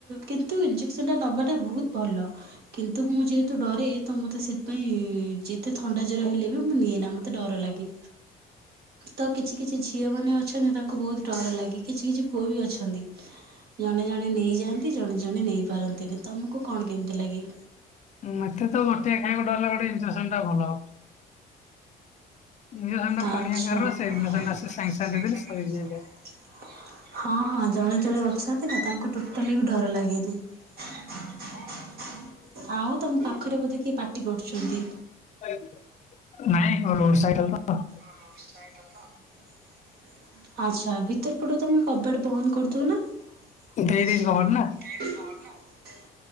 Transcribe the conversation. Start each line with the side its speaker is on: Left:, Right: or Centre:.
Right: କିନ୍ତୁ ଇଞ୍ଜେକ୍ସନ ଟା ନେବାଟା ବହୁତ ଭଲ। କିନ୍ତୁ ମୁଁ ଯେହେତୁ ଡରେ ତ ମୋତେ ସେ <unintelligible> ଯେତେ ଥଣ୍ଡା ଜ୍ୟୋର ହେଲେ ବି ମୁଁ ନିଏନା ମୋତେ ଡର ଲାଗେ‌। ତ କିଛି କିଛି ଝିଅ ମାନେ ଅଛନ୍ତି ତାଙ୍କୁ ବହୁତ ଡର ଲାଗେ। କିଛି କିଛି ପୁଅ ବି ଅଛନ୍ତି‌। ଜଣେ ଜଣେ ନେଇଯାଆନ୍ତି ଜଣେ ଜଣେ ନେଇପାରନ୍ତିନି। ତୁମକୁ କଣ କେମିତି ଲାଗେ?
Left: ମତେ ତ ବଟିକା ଖାଇବାକୁ ଡରଲାଗେ ଇଜେକ୍ସନଟା ଭଲ। ଇଞ୍ଜେକ୍ସନ ଟା
Right: ଆଚ୍ଛା।
Left: ପାଣିଆ ଗାର ସେ
Right: <unintelligible>
Left: ଇଞ୍ଜେକ୍ସନ ଟା ସେ ସାଙ୍ଗେ ସାଙ୍ଗେ ଦେଇଦେଲେ ସରିଯାଇଥାଏ।
Right: ହଁ ହଁ ଜଣେ ଜଣେ ଅଛନ୍ତି ନା ତାଙ୍କୁ ଟୋଟାଲି ବି ଡର ଲାଗେନି। <unintelligible> <unintelligible> ଆଉ ତମ ପାଖରେ ବୋଧେ କିଏ ପାଟି କରୁଛନ୍ତି।
Left: <unintelligible> ନାଇଁ କଣ ରୋଡ ସାଇକେଲ ତ
Right: ରୋଡ ସାଇଡରେ ତ। ଆଚ୍ଛା ଭିତର ପଟେ ତମେ କବାଟ ବନ୍ଦ କରିଦଉନା।
Left: ଦେଇ
Right: <unintelligible>
Left: ଦେଇଛି କଭର ନା
Right: <unintelligible>